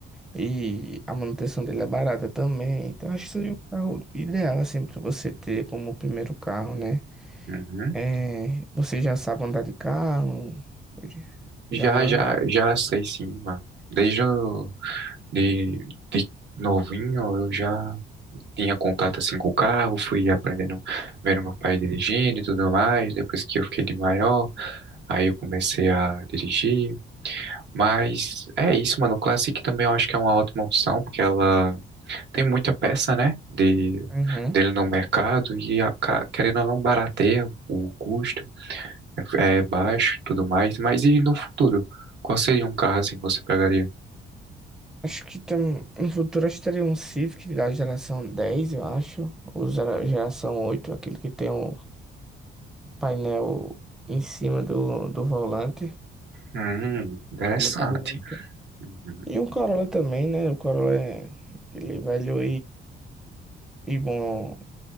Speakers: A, in the centre; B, on the right (about 60°).
A: E a manutenção dele é barata também. Então acho que seria um carro ideal assim para você ter como primeiro carro, né?
B: Uhum.
A: É, você já sabe andar de carro, já
B: Já,
A: já anda.
B: já, já sei sim, mano. Desde o- de, de novinho eu já tinha contato assim com o carro, fui aprendendo, vendo meu pai dirigindo e tudo mais. Depois que eu fiquei de maior, aí eu comecei a dirigir. Mas é isso, mano. O Classic também eu acho que é uma ótima opção, porque ela tem muita peça, né, de,
A: Uhum.
B: dele no mercado e, a, ca- querendo ou não, barateia o custo. é é baixo, e tudo mais, mas e no futuro? Qual seria um carro assim que você pegaria?
A: Acho que tam, no futuro acho que teria um Civic da geração 10, eu acho, ou gera- geração 8, aquele que tem o painel em cima do, do volante,
B: Hum, interessante.
A: muito bonito.
B: Uhum,
A: E um Corolla também, né? O Corolla é aquele velho E bom,